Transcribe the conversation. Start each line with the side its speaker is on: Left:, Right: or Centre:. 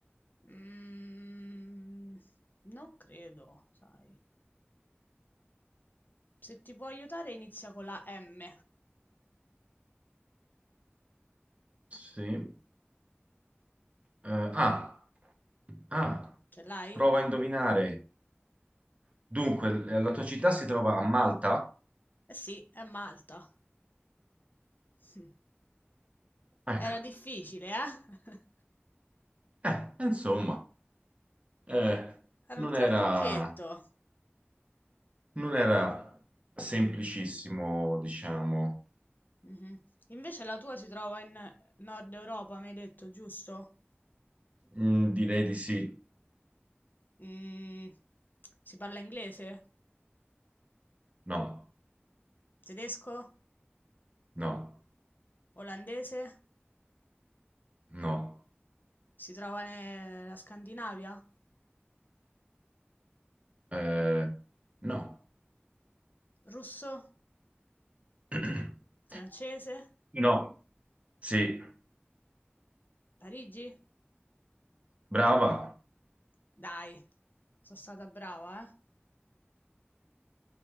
Left: Mm, non credo, sai. Se ti può aiutare inizia con la M.
Right: Sì. Eh, ah, ah,
Left: Ce l'hai?
Right: prova a indovinare. Dunque, eh, la tua città si trova a Malta?
Left: Eh sì, è Malta. <laughs>
Right: Ecco,
Left: Era difficile, eh? <laughs>
Right: eh, insomma, eh,
Left: Era
Right: non
Left: un trabocchetto.
Right: era, non era semplicissimo, diciamo.
Left: Mhm. Invece la tua si trova in eh, Nord Europa, mi hai detto, giusto?
Right: Mm, direi di sì.
Left: Mm, si parla inglese,
Right: No,
Left: tedesco,
Right: no,
Left: olandese,
Right: no.
Left: si trova nella Scandinavia,
Right: Eh, no.
Left: russo,
Right: <clears throat>
Left: francese,
Right: No, sì,
Left: Parigi?
Right: brava,
Left: Dai, sono stata brava, eh?